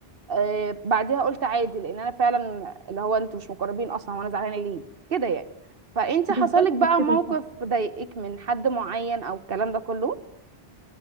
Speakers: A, on the right (about 60°); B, on the right (about 30°).
A: آه، بعدها قلت عادي لان انا فعلا اللي هو انتوا مش مقربين اصلا وانا زعلانه ليه كده يعني فانت
B: بالظبط
A: حصل لك بقى
B: كده
A: موقف
B: صح
A: ضايقك من حد معين او الكلام ده كله